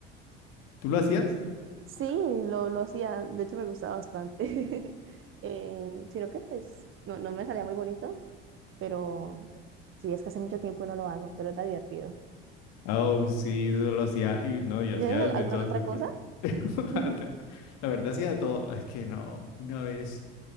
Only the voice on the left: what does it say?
¿Tú lo hacías?
Oh, sí, yo lo hacía. Y, no, yo
hacía
de
todas
locuras.
<laughs>
No, La verdad, hacía de todo. Es que no, una vez,